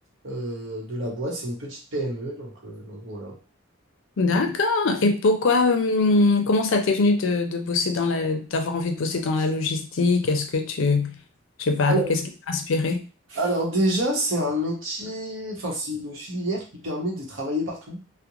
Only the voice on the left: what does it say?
D'accord. Et pourquoi, hum, comment ça t'est venu de, de bosser dans la, d'avoir envie de bosser dans la logistique? Est-ce que tu, je sais pas,
qu'est-ce qui t'a inspiré?